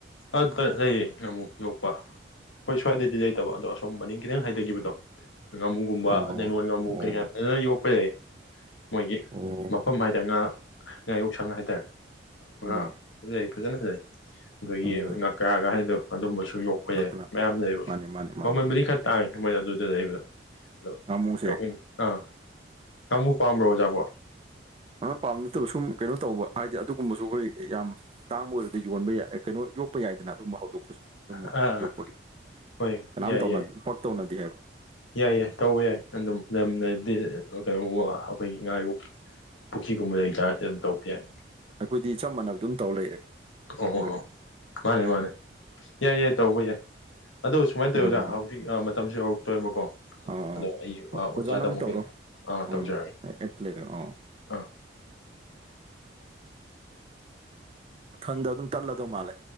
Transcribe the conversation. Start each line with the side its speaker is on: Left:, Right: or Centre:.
Left: ꯑꯗ ꯂꯩꯌꯦ ꯉꯃꯨ ꯌꯣꯛꯄ ꯈ‌ꯣꯏ ꯁ꯭ꯋꯥꯏꯗꯗꯤ ꯂꯩꯇꯕ ꯑꯗꯣ ꯑꯁꯣꯝ ꯃꯅꯤꯡ ꯈꯤꯇꯪ ꯍꯥꯏꯊꯈꯤꯕꯗꯣ ꯉꯥꯃꯨꯒꯨꯝꯕ
Right: ꯑꯣ
Left: ꯅꯥꯏꯂ‌ꯣꯟ ꯉꯥꯃꯨ
Right: ꯑꯣ
Left: ꯀꯩꯀꯥ ꯐꯖꯅ ꯌꯣꯛꯄ ꯂꯩꯌ‌ꯦ ꯃꯣꯏꯒꯤ
Right: ꯑꯣ
Left: ꯃꯐꯝ ꯍꯥꯏꯇꯥꯔ ꯉꯥ ꯉꯥꯌꯣꯛꯁꯪ ꯍꯥꯏꯇꯥꯔꯦ ꯉꯥ
Right: ꯎꯝ
Left: ꯐꯖꯩ ꯐꯖꯅ ꯐꯖꯩ ꯑꯈꯣꯏꯒꯤ
Right: ꯎꯝ
Left: ꯉꯥꯀ꯭ꯔꯥꯒ ꯍꯥꯏꯗꯣ ꯑꯗꯨꯝꯕꯁꯨ ꯌꯣꯛꯄ
Right: ꯉꯥꯛꯇꯅ
Left: ꯌꯥꯏ ꯃꯌꯥꯝ ꯂꯩꯕ
Right: ꯃꯥꯅꯤ ꯃꯥꯅꯤ ꯃꯥꯅꯤ
Left: ꯃꯃꯜꯕꯨꯗꯤ ꯈꯔ ꯇꯥꯡꯉꯤ ꯃꯣꯏꯗ ꯑꯗꯨꯗ ꯂꯩꯕꯗꯣ ꯑꯗꯣ
Right: ꯉꯥꯃꯨꯁꯦ
Left: <unintelligible> ꯑꯥ ꯉꯃꯨ ꯄꯥꯝꯕ꯭ꯔꯣ ꯑꯣꯖꯥꯕꯣ
Right: ꯑꯍꯥ ꯄꯥꯝ ꯅꯠꯇꯕ ꯁꯨꯝ ꯀꯩꯅꯣ ꯇꯧꯕ ꯍꯥꯏꯗꯤ ꯑꯗꯨꯒꯨꯝꯕꯁꯨ ꯑꯩꯈꯣꯏ ꯌꯥꯝ ꯇꯥꯡꯕ ꯑꯣꯏꯔꯗꯤ ꯌꯣꯟꯕ ꯌꯥꯏ ꯀꯩꯅꯣ ꯌꯣꯛꯄ ꯌꯥꯏꯗꯅ ꯑꯗꯨꯝꯕ ꯍꯧꯗꯣꯛꯄꯁꯨ ꯑꯗꯨꯝꯃꯛ
Left: ꯑꯥ
Right: ꯌꯣꯛꯄꯒꯤ
Left: ꯍꯣꯏ
Right: ꯀꯅꯥꯝ
Left: ꯌꯥꯏ
Right: ꯇꯧꯅꯗꯦ
Left: ꯌꯥꯏ
Right: ꯄꯛ ꯇꯧꯅꯗꯦ ꯍꯥꯏꯕ
Left: ꯌꯥꯏ ꯌꯥꯏ ꯇꯧꯕ ꯌꯥꯏ ꯑꯗꯨꯝ ꯂꯝ ꯂꯩꯔꯗꯤ ꯀꯩꯅ‌ꯣ ꯑꯩꯈꯣꯏꯒꯤ ꯉꯥ ꯌꯣꯛ ꯄꯨꯈ꯭ꯔꯤꯒꯨꯝꯕ ꯂꯩꯇꯥꯔꯗꯤ ꯑꯗꯨꯝ ꯇꯧꯕ ꯌꯥꯏ
Right: ꯑꯩꯈꯣꯏꯗꯤ ꯆꯞ ꯃꯥꯟꯅꯕ ꯑꯗꯨꯝ ꯇꯧꯔ ꯂꯩꯔꯦ
Left: ꯑꯣ
Right: ꯑꯗꯨꯒꯤ
Left: ꯑꯣ ꯃꯥꯅꯦ ꯃꯥꯅꯦ ꯌꯥꯏ ꯌꯥꯏ ꯇꯧꯕ ꯌꯥꯏ ꯑꯗꯨ ꯁꯨꯃꯥꯏꯅ
Right: ꯎꯝ
Left: ꯇꯧꯋꯤ ꯑꯣꯖꯥ ꯍꯧꯖꯤꯛ ꯃꯇꯝꯁꯨ ꯌꯧꯔꯛꯇꯣꯏꯕꯀꯣ
Right: ꯑꯣ
Left: ꯑꯗꯣ ꯑꯩ ꯑꯣꯖꯥꯗ
Right: ꯑꯣꯖꯥꯅ
Left: ꯑꯃꯨꯛ
Right: ꯇꯧꯔꯣ
Left: ꯑ
Right: ꯎꯝ
Left: ꯇꯧꯖꯔꯛꯒꯦ
Right: ꯑꯩ ꯑꯝꯇ ꯂꯩꯔꯦ ꯑꯣ
Left: ꯑꯥ
Right: ꯃꯊꯟꯗ ꯑꯗꯨꯝ ꯇꯜꯂꯗꯣ ꯃꯥꯂꯦ